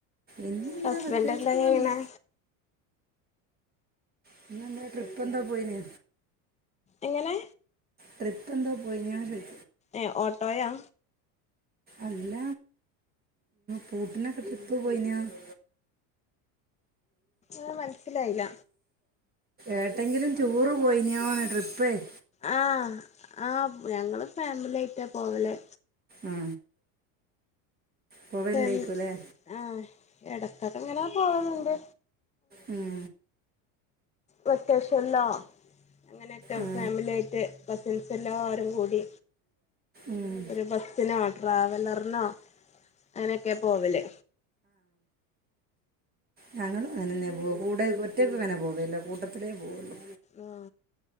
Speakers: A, on the right (about 25°); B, on the left (about 15°).
A: ഇന്നെന്താ
B: ഹസ്ബന്റ്ന്താചെയ്ണെ
A: പ്രത്യേകിച്ചൊന്നുമില്ല പിന്നെന്താ ട്രിപ്പൊന്തൊപോയിനോ
B: എങ്ങനെ
A: ട്രിപ്പ്ന്താ പോയിനോചോയ്ച്ച
B: ഏ ഓട്ടോയാ
A: അല്ല പൂട്ടിനൊക്കെ ട്രിപ്പ്പോയിനോ <inaudible>
B: ആഹ മനസ്സിലായില്ല
A: ഏട്ടെങ്കിലും റ്റുറുപോയിന്നോയ്ട്രിപ്പേയ്
B: ആഹ ആഹ് ഞങ്ങള്ഫാമിലിയിട്ടാപോവല്
A: ആ പോവലിലേക്കൂല്ലേ
B: <unintelligible> ആഹ എടകൊക്കെങ്ങനെ പോവല്ണ്ട്
A: ഉം
B: വെക്കേഷൻല്ലോ അങ്ങനെയൊക്കെ
A: ആ
B: ഫാമിലിയായിട്ട് കസിൻസ് എല്ലാവരുംകൂടി
A: ഉം
B: ഒരുബസ്സിനോ ട്രാവലർനോ അങ്ങനൊക്കെപോവല്
A: ഞങ്ങളുംങ്ങനെന്നെപോവാ കൂടെ ഒറ്റയ്ക്ക്ങ്ങനെപോവേല കൂട്ടത്തിലേപോവുള്ളൂ
B: ആ